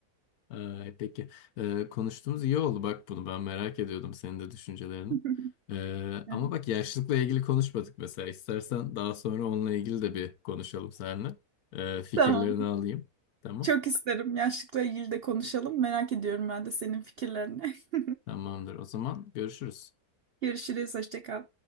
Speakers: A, on the left (about 75°); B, on the right (about 75°).
A: Ee, peki Ee, konuştuğumuz iyi oldu bak bunu ben merak ediyordum senin de düşüncelerini.
B: <laughs>
A: Ee,
B: Evet.
A: ama bak yaşlılıkla ilgili konuşmadık mesela istersen daha sonra onunla ilgili de bir konuşalım seninle. Ee, fikirlerini
B: Tamam.
A: alayım. Tamam.
B: Çok isterim. Yaşlılıkla ilgili de konuşalım. Merak ediyorum ben de senin fikirlerini. <laughs>
A: Tamamdır. O zaman görüşürüz.
B: Görüşürüz. Hoşça kal.